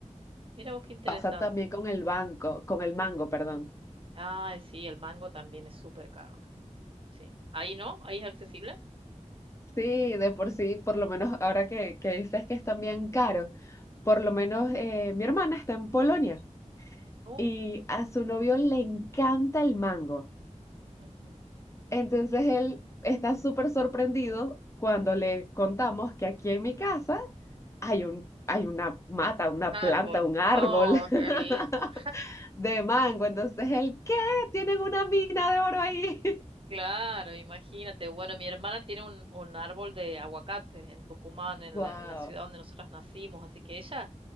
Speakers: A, on the right; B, on the left.
A: mira vos qué interesante.
B: Pasa también con el banco, con el mango, perdón.
A: ah sí, el mango también es súper caro. que- Sí. Ahí no, ahí es accesible.
B: Sí, de por sí, por lo menos ahora que, que dices que es también caro, por lo menos eh, mi hermana está en Polonia
A: Oh,
B: y a su novio le encanta el mango.
A: ujú.
B: Entonces él está súper sorprendido cuando le contamos que aquí en mi casa hay un, hay una mata, una
A: Un árbol.
B: planta, un árbol
A: Oh,
B: <laughs>
A: qué lindo.
B: de mango. Entonces él, ¿qué? Tienen una mina de oro ahí.
A: Claro, imagínate. Bueno, mi hermana tiene un, un árbol de aguacate en Tucumán, en
B: <laughs> Wow.
A: la, en la ciudad donde nosotras nacimos, así que ella